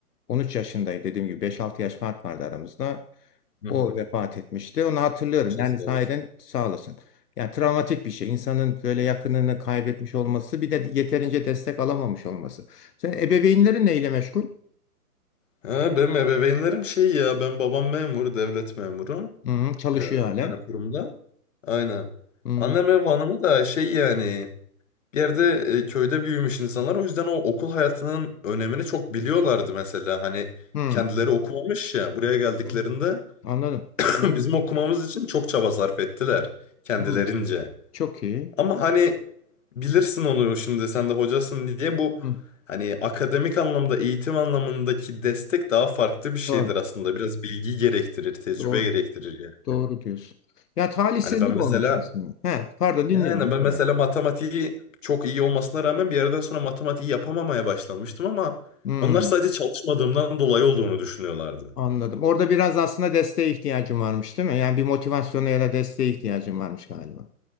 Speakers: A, on the left; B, on the left.
A: 13 yaşındaydı dediğim gibi 5-6 yaş fark vardı aramızda.
B: Hı
A: O
B: hı.
A: vefat etmişti. Onu hatırlıyorum. Yani
B: Başınız sağ
A: sahiden
B: olsun.
A: sağ olasın. Yani travmatik bir şey. İnsanın böyle yakınını kaybetmiş olması bir de yeterince destek alamamış olması. Sen ebeveynlerin neyle meşgul?
B: Ha, benim ebeveynlerim şey ya ben babam memur, devlet memuru.
A: Hı, çalışıyor
B: Ee, bir
A: halen.
B: tane kurumda. Aynen.
A: Hı,
B: Annem ev hanımı da şey yani bir yerde e, köyde büyümüş insanlar. O yüzden o okul hayatının önemini çok biliyorlardı mesela. Hani
A: hı,
B: kendileri okumamış ya buraya geldiklerinde.
A: hı. Anladım.
B: <laughs>
A: Güzel.
B: Bizim okumamız için çok çaba sarf ettiler kendilerince.
A: Hı, çok iyi.
B: Ama hani bilirsin onu şimdi sen de hocasın diye bu
A: Hı,
B: hani akademik anlamda eğitim anlamındaki destek daha farklı bir şeydir
A: doğru,
B: aslında. Biraz bilgi gerektirir, tecrübe
A: doğru,
B: gerektirir yani.
A: doğru diyorsun. Ya talihsizlik
B: Hani ben mesela
A: olmuş aslında. He, pardon dinliyorum.
B: yani
A: Ne
B: ben
A: kadar?
B: mesela matematiği çok iyi olmasına rağmen bir yerden sonra matematiği yapamamaya başlamıştım ama
A: Hı,
B: onlar sadece çalışmadığımdan dolayı olduğunu düşünüyorlardı.
A: anladım. Orada biraz aslında desteğe ihtiyacım varmış, değil mi? Yani bir motivasyona ya da desteğe ihtiyacım varmış galiba.